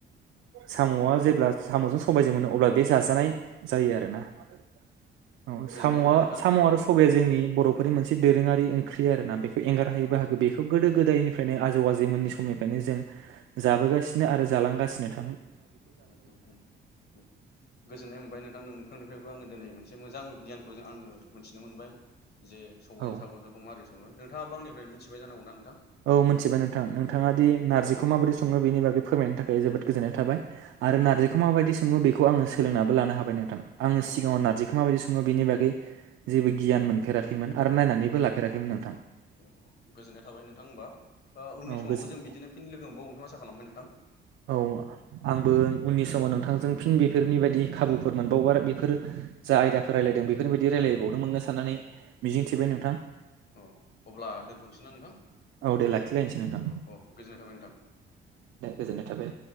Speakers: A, on the right (about 75°); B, on the left (about 55°).
A: साम'आ जेब्ला साम'जों समबायजों मोनो अब्ला बे जाजानाय जायो आरोना औ
B: गोजोननाय
A: साम'आ
B: मोनबाय नोंथां
A: साम'
B: औ
A: आरो
B: औ
A: सबाया जोंनि बर'फोरनि मोनसे दोरोङारि ओंख्रि आरोना बेखौ एंगार हायो
B: औ
A: बाहागो
B: औ
A: बेखौ गोदो गोदायनि बेनो आजौ आजैमोननि समनिफ्रायनो जों जाबोगासिनो आरो जालांगासिनो थ
B: <unintelligible> गोजोननाय मोनबाय नोंथां नोंथांनिफ्रायबो आङो दिनै मोनसे मोजां गियानखौ जों आङो मोनथिनो मोनबाय जे सबाइजों
A: औ
B: सामजोंखौ मोरै सङो नोंथाङाबो आंनिफ्राय मिथि सिनबाय जांगौ ना नोंथां
A: औ मिथिबाय नोंथां नोंथाङा दि नारजिखौ माबोरै सं बिनि बागै फोरमायनो थाख थाखाय जोबोद गोजोन्नाय
B: उम
A: थाबाय आरो
B: उम
A: नारजिखौ माबायदि सङो बे बेखौ आङो सोलोंनाबो लानो हाबाय नोंथां। आङो
B: औ
A: सिगाङाव नारजिखौ माबायदि सङो बेनि बागै गै जेबो गियान मोनफेराखैमोन। आरो नायनानैबो
B: उम
A: लाफेराखैमोन नोंथां।
B: औ गोजोननाय थाबाय नोंथां होमबा उननि
A: औ
B: समावबो
A: गोजोन
B: जों बिदिनो फिन लोगो मोनबावगोनखौ आसा खालामबाय नोंथां।
A: औ आंबो
B: उम
A: उननि समाव नोंथांजों फिन बे बेफोरनि बायदि खाबुफोर मोनबावबा बेफोर जा आयदाफोर रायलायदों बेफोरनि बायदि रायलायबावनो मोनगोन साननानै मिजिंथिबाय नोंथां।
B: अ अब्ला दोनथ'नोसै ना नोंथां?
A: औ दे लाखिलायनोसै नोंथां
B: अ ओ गोजोननाय थाबाय नोंथां।
A: दे गोजोननाय थाबाय।